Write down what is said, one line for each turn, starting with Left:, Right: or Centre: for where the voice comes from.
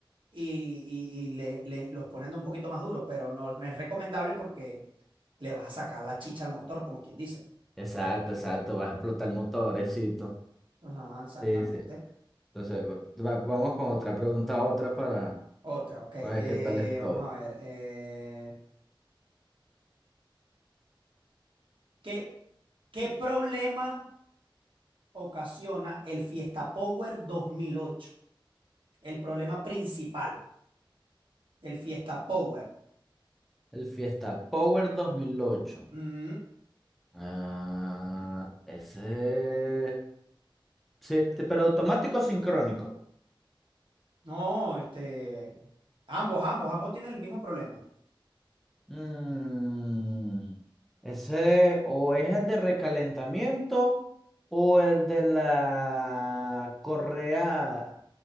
Right: y, y- y le, le- los pone a un poquito más duro, pero no no es recomendable porque le vas a sacar la chicha al motor, como quien dice.
Centre: Exacto, exacto, vas a explotar motorecito.
Right: Ajá, exactamente.
Centre: Sí, sí. Entonces, va- vamos con otra pregunta, otra para,
Right: Otra, ok. eh,
Centre: para ver qué tal estoy.
Right: vamos a ver. eh, ¿qué, qué problema ocasiona el Fiesta Power dos mil ocho El problema principal, el Fiesta Power.
Centre: El Fiesta Power dos mil ocho
Right: Ujú.
Centre: Ah, ese. Sí, te- pero automático o sincrónico.
Right: No, este, ambos, ambos, ambos tienen el mismo problema.
Centre: Mm, ese o es el de recalentamiento o el de la correa,